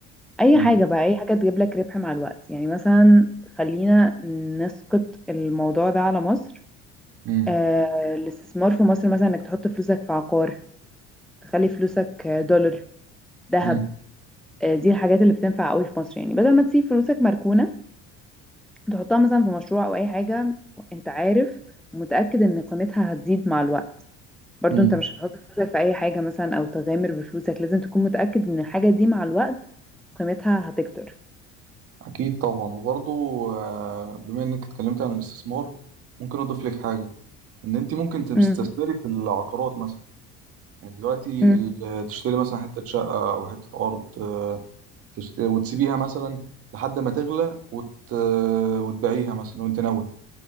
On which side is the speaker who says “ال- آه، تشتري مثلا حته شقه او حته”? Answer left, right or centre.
Right